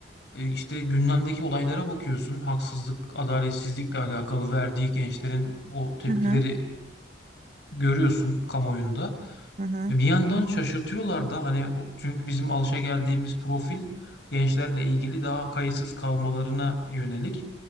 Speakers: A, on the left; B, on the right.
A: e, işte gündemdeki olaylara bakıyorsun. Haksızlık, adaletsizlikle alakalı verdiği gençlerin o tepkileri
B: Hı hı.
A: görüyorsun kamuoyunda.
B: Hı hı.
A: Ve bir yandan şaşırtıyorlar da hani o- çünkü bizim alışageldiğimiz profil gençlerle ilgili daha kayıtsız kalmalarına yönelik.